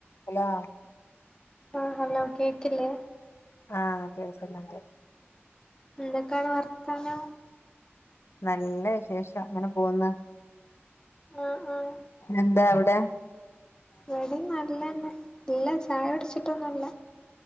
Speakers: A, on the left; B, on the left.
A: Hello
B: ആഹ് hello കേക്കില്ലേ
A: ആഹ് കേൾക്ന്ന്ണ്ട്
B: എന്തൊക്കാണ് വർത്താനം
A: നല്ല വിശേഷം അങ്ങനെ പോവുന്ന്
B: ആഹ് ആഹ്
A: എന്താ അവ്ടെ
B: ഇവിടിം നല്ലെന്നെ ഇല്ല ചായുട്ച്ട്ടൊന്നുല്ല